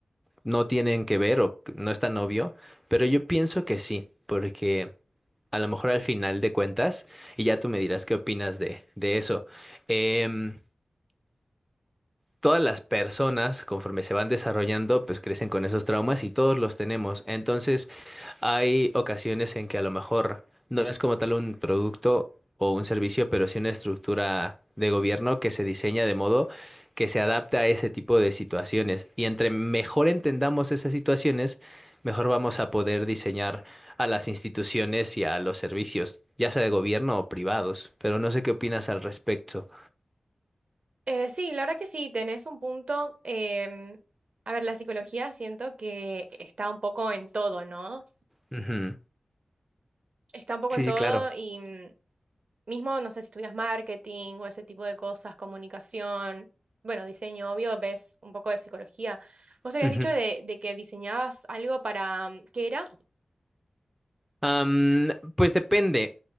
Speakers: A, in the centre; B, on the right (about 65°).
A: no tienen que ver o que no es tan obvio, pero yo pienso que sí, porque a lo mejor al final de cuentas, y ya tú me dirás qué opinas de, de eso, em, todas las personas, conforme se van desarrollando, pues crecen con esos traumas y todos los tenemos. Entonces, hay ocasiones en que a lo mejor no es como tal un producto o un servicio, pero sí una estructura de gobierno que se diseña de modo que se adapta a ese tipo de situaciones. Y entre mejor entendamos esas situaciones, mejor vamos a poder diseñar a las instituciones y a los servicios, ya sea de gobierno o privados. Pero no sé qué opinas al respecto.
B: Eh, sí, la verdad que sí, tenés un punto. em, a ver, la psicología siento que está un poco en todo, ¿no?
A: Ujú.
B: Está un poco
A: Sí,
B: en todo
A: sí, claro.
B: y mm, mismo, no sé si estudias marketing o ese tipo de cosas, comunicación, bueno, diseño, obvio, ves un poco de psicología. Vos habías
A: Ujú.
B: dicho de, de que diseñabas algo para, mm, ¿qué era?
A: Am, pues depende.